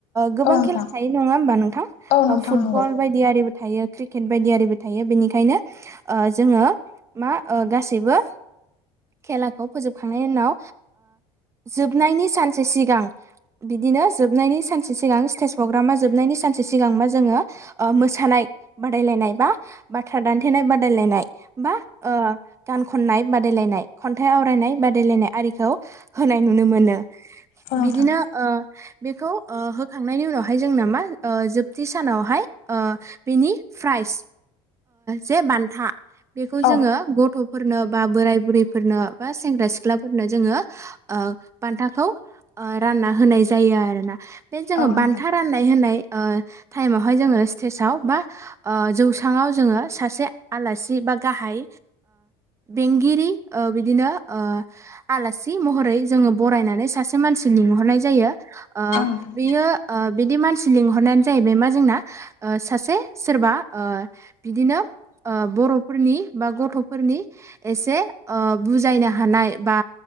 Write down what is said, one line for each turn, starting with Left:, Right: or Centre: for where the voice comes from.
Right: गोबां
Left: औ नोंथां
Right: खेला थायो नङा होनबा नोंथां
Left: औ
Right: फुटबल
Left: नंगौ
Right: बायदि आरिबो थायो क्रिकेट बायदियारिबो थायो बेनिखायनो जोङो मा गासैबो खेलाखौ फोजोबखांनायनि उनाव जोबनायनि सानसे सिगां बि दिनो जोबनायनि सानसे सिगां स्टेज पग्रामा जोबनायनि सानसे सिगांबा जोङो मोसानाय बादायलायनाय बा बाथ्रा दान्थेनाय नाय बादायलायनाय गान खननाय बादायलायनाय खन्थाइ आवरायनाय बादायलायनाय आरि खौ होनाय नुनो मोनो
Left: औ नोंथां
Right: बिदिनो बेखौ होखांनायनि उनाव हाय जोंना मा जोबथि सानावहाय बेनि फ्राइस जे बान्था बेखौ
Left: औ
Right: जोङो गथ' फोरनो बा बोराय बुरैफोरनो बा सेंग्रा सिख्लाफोरनो जोङो बान्थाखौ रानना होनाय जायो आरोना बे जोङो
Left: औ नोंथां
Right: बान्था राननाय होनाय टाइम आवहाय जोङो स्टेजाव बा जौस्राङाव जोङो सासे आलासि बा गाहाय बेंगिरि बिदिनो आलासि महरै जोङो बरायनानै सासे मानसि लिंहरनाय जायो
Left: औ नोंथां
Right: बियो बिदि मानसि लिंहरनायानो जाहैबाय मा जोंना सासे सोरबा बिदिनो बर'फोरनि बा गथ'फोरनि एसे बुजायनो हानाय बा